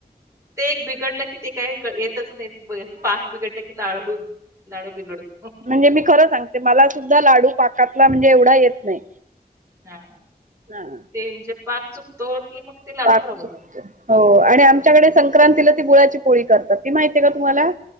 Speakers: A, on the right; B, on the right.
A: ते एक बिघडलं की ते काय येक येतच बी आ पाक बिगडला की लाडूू-लाडू बिघडत
B: मंजे मी खरं सांग ते मला सुद्धा लाडू पाकातला म्हणजे एवढा येत नाही.
A: हा.
B: हा
A: ते म्हणजे पाक चुकतो कि मग ते लाडू
B: पाक
A: खराब होतात
B: चुकतो हो आणि आमच्याकडे
A: हम्म.
B: संक्रांतीला ती गुळाची पोळी करतात. ती माहिती आहे का तुम्हाला?